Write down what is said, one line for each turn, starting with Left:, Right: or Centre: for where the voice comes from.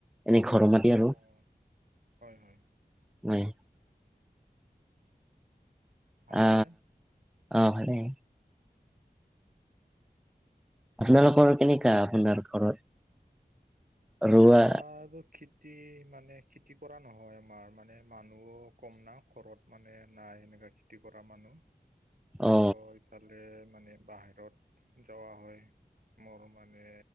Centre: এনে ঘৰ মাতি আৰু।
Right: অ হয় হয়।
Centre: হয়
Right: ভালে
Centre: অ অ হ'লে আপোনালোকৰ কেনেকা
Right: আম
Centre: আপোনাৰ ঘৰত? ৰোৱা
Right: আমাৰো খেতি মানে খেতি কৰা নহয় আমাৰ মানে মানুহ কম না ঘৰত মানে নাই এনেকা খেতি কৰা মানুহ।
Centre: অ
Right: আৰু ইফালে মানে বাহিৰত যোৱা হয়। মোৰ মানে